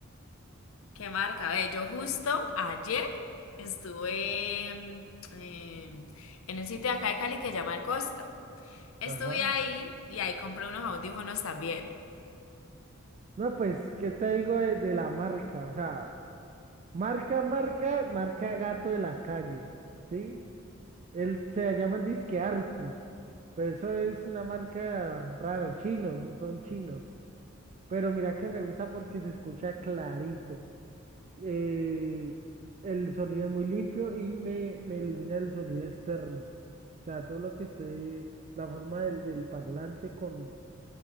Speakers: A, on the left; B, on the right.
A: ¿Qué marca? Ve, yo justo ayer estuve em, em, en un sitio de acá de Cali que se llama El Costo. Estuve
B: Ajá.
A: ahí y ahí compré unos audífonos también.
B: No, pues, ¿qué te digo de, de la marca? O sea, marca, marca, marca gato de la calle, ¿sí? Él, se llaman disque Arcus, pero eso es una marca rara, chinos, son chinos. Pero mira que me gusta porque se escucha clarito. eh, el sonido es muy limpio y me, me elimina el sonido externo. O sea, todo lo que esté, la forma del, del parlante con,